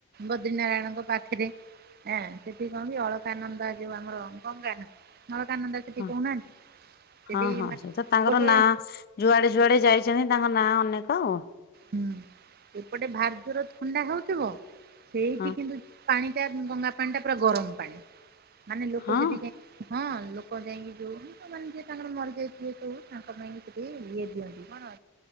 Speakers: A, on the right; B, on the left.
A: ବଦ୍ରି ନାରାୟଣଙ୍କ ପାଖରେ। ଆଁ ସେଠି କଣ କି ଅଳକାନନ୍ଦ ଯୋଉ ଆମର ଗଙ୍ଗାନଦୀ ଅଳକାନନ୍ଦ ସେଠି
B: ହଁ
A: କହୁନାହାନ୍ତି। ସେଠି
B: ହଁ ହଁ
A: ମାନେ
B: ସେ ତ ତାଙ୍କର
A: ଗୋଟେ
B: ନାଁ ଯୁଆଡେ ଯୁଆଡେ ଯାଇଛନ୍ତି ତାଙ୍କ ନାଁ ଅନେକ।
A: ହୁଁ ଏପଟେ ଭାରି ଜୋରେ ଥଣ୍ଡା ହଉଥିବ ସେଇଠି
B: ହଁ
A: କିନ୍ତୁ ପାଣି ଟା ଗଙ୍ଗା ପାଣି ଟା ପୁରା ଗରମ ପାଣି। ମାନେ ଲୋକ
B: ହଁ
A: ସେଠି କାଇଁ
B: <inaudible>
A: ଲୋକ ଯାଇକି ଯୋଉ ଯିଏ ତାଙ୍କର ମରିଯାଇଥିବେ ସବୁ ତାଙ୍କ ପାଇଁ କି ସେଠି ଇଏ ଦିଅନ୍ତି କଣ